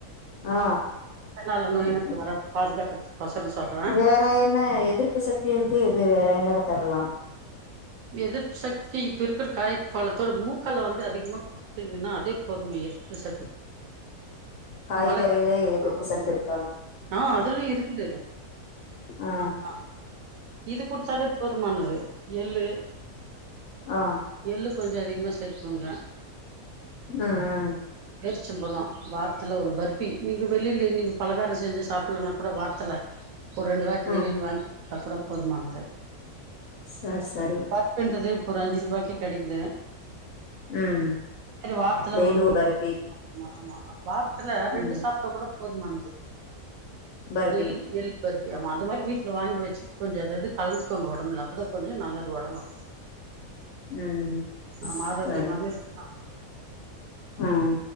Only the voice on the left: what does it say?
ஆ ஆ
சரி
சரி
வேற என்ன எதிர்ப்பு சக்தி இருக்கு இது வேற என்னக்கு தர்லா
காய்கறிகளே
எதிர்ப்பு
சக்தி இருக்கோ
ஆ
ஆ
ம் ம்
ம்
சார் சரி
ம்
டெய்லி
பருப்பி
ம்
பருப்பி
ம்
சரி
ம்